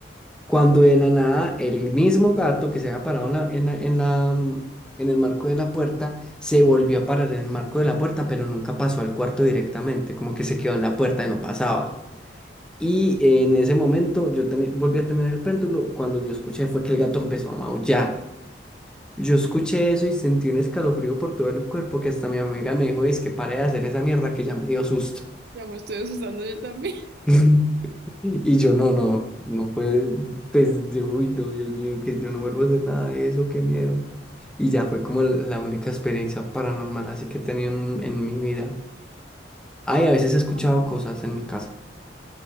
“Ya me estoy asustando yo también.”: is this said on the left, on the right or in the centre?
Right